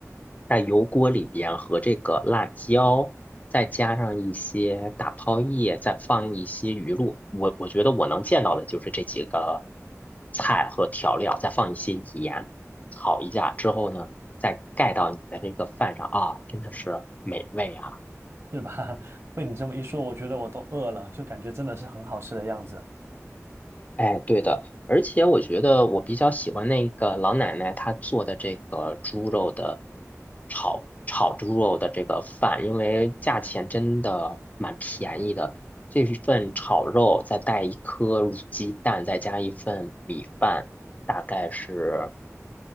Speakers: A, on the left; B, on the right.
A: 在油锅里边和这个辣椒，再加上一些打泡叶，再放一些鱼露。我我觉得我能见到的就是这几个菜和调料，再放一些盐，炒一下之后呢，再盖到你的那个饭上啊，真的是美味啊！
B: <laughs> 是吧？<laughs> 被你这么一说，我觉得我都饿了，就感觉真的是很好吃的样子啊。
A: 哎，对的，而且我觉得我比较喜欢那个老奶奶她做的这个猪肉的炒炒猪肉的这个饭，因为价钱真的蛮便宜的。这一份炒肉再带一颗卤鸡蛋，再加一份米饭，大概是